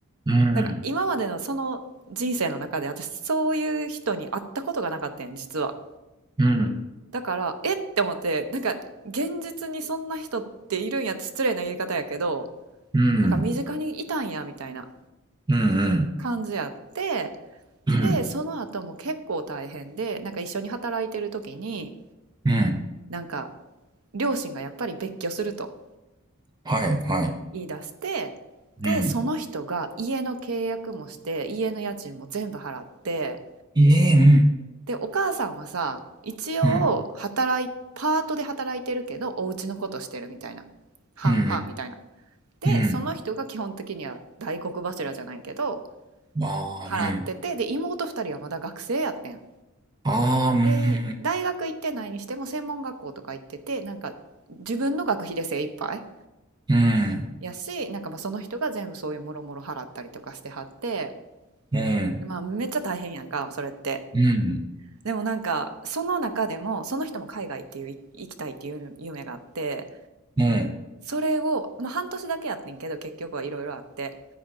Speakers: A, on the right; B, on the right.
A: うん
B: なんか今までのその人生の中で私そういう人に会ったことがなかったん実は。
A: うん
B: だからえって思ってなんか現実にそんな人っているんやって失礼な言い方やけど
A: うん
B: なんか身近にいたんやみたいな
A: うんうんうん。
B: 感じやって
A: うん
B: でその後も結構大変でなんか一緒に働いてる時に
A: うん。
B: なんか両親がやっぱり別居すると
A: はいはい。
B: 言い出してでその人が家の契約もして家の家賃も全部払って
A: うん。ええ、うん。
B: で、お母さんはさ、一応働い、
A: うん。
B: パートで働いてるけど、お家のことしてるみたいな。半々みたいな。
A: うん
B: で、
A: うん。うん。
B: その人が基本的には大黒柱じゃないけど、
A: ああ、
B: 払ってて、
A: うん。
B: で、妹二人はまだ学生やってん。
A: ああ、うん。
B: で、大学行ってないにしても専門学校とか行ってて、なんか自分の学費で精一杯
A: うん。
B: やし、なんかまあその人が全部そういうもろもろ払ったりとかしてはって、
A: うん。
B: まあめっちゃ大変やんか、それって。
A: うん。
B: でもなんかその中でもその人も海外っていうい行きたいっていう夢があって
A: うん。
B: それを、まあ、半年だけやってんけど結局はいろいろあって